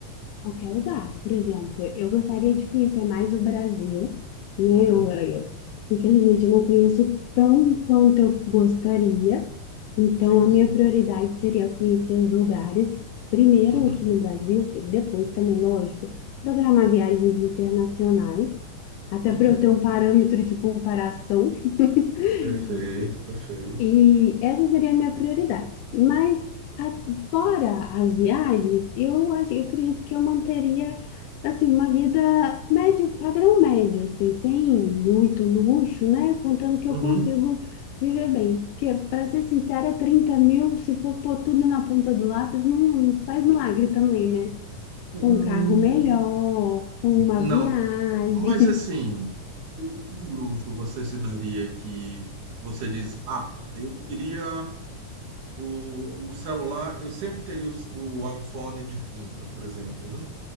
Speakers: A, on the left; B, on the right.
A: Qualquer lugar. Por exemplo, eu gostaria de conhecer mais o Brasil, né?
B: Uhum,
A: Eu, eu- infelizmente, eu não conheço tão quanto eu gostaria. Então,
B: sim,
A: a minha
B: sim.
A: prioridade seria conhecer os lugares, primeiro
B: Uhum,
A: aqui no Brasil, depois também, lógico, programar viagens internacionais, até
B: uhum.
A: para eu ter um parâmetro de comparação. <laughs>
B: Perfeito, perfeito.
A: E essa seria a minha prioridade. Mas a- fora as viagens, eu acho, eu acredito que eu manteria assim uma vida médio, padrão médio, assim, sem muito luxo, né? Contando que
B: Uhum.
A: eu consigo viver bem. Porque, para ser sincera, 30 mil, se for pôr tudo na ponta do lápis, não não faz milagre também, né?
B: Hum,
A: Com um carro melhor, com uma
B: não,
A: viagem.
B: mas assim, que tipo de luxo você se daria que você diz, ah, eu queria O, o celular, eu sempre teria o, o iPhone de ponta, por exemplo, né?